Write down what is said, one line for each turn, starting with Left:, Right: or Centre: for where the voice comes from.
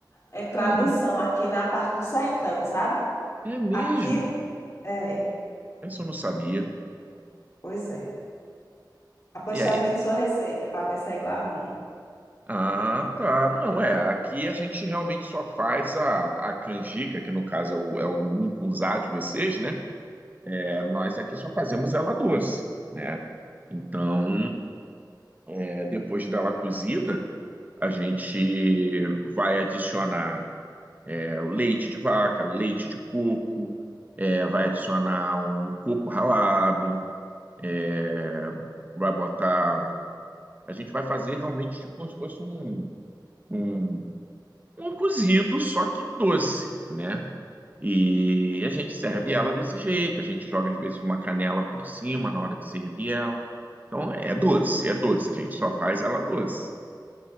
Left: é tradição
Right: Ah,
Left: aqui na parte do sertão, sabe?
Right: é mesmo?
Left: Aqui é,
Right: Isso eu não sabia.
Left: pois é. Após
Right: E aí?
Left: termine sua receita para ver se é igual à minha.
Right: Ah, tá. Não, é. Aqui a gente realmente só faz a, a canjica, que no caso é o, é o mungunzá de vocês, né? É, nós aqui só fazemos ela doce, né? Então, é, depois dela cozida, a gente vai adicionar é, o leite de vaca, leite de coco, é, vai adicionar um coco ralado, é, vai botar. A gente vai fazer realmente tipo como se fosse um, um um cozido, só que doce, né? E a gente serve ela desse jeito, a gente joga às vezes uma canela por cima na hora de servir ela. Então é doce, é doce, a gente só faz ela doce.